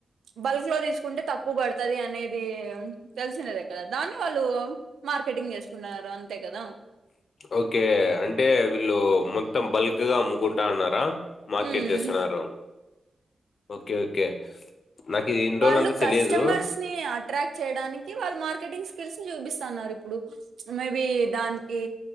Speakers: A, on the right; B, on the left.
A: బల్క్ లో తీసుకుంటే తక్కువ పడుతుది అనేది తెలిసినదే కదా దాన్ని వాళ్ళు మార్కెటింగ్ చేసుకున్నారు అంతే కదా
B: ఓకే అంటే వీళ్ళు మొత్తం బల్క్ దగగగా అమ్ముకుంటా ఉన్నారా మార్కెట్
A: మ్మ్
B: చేస్తున్నారు ఓకే ఓకే నాకు ఇది ఇన్ని
A: వాళ్ళు
B: రోజులంతా
A: కస్టమర్స్
B: తెలీదు.
A: ని అట్రాక్ట్ చేయడానికి వాళ్ళు మార్కెటింగ్ తెలిసి చూపిస్తున్నారు ఇప్పుడు మేబి దానికి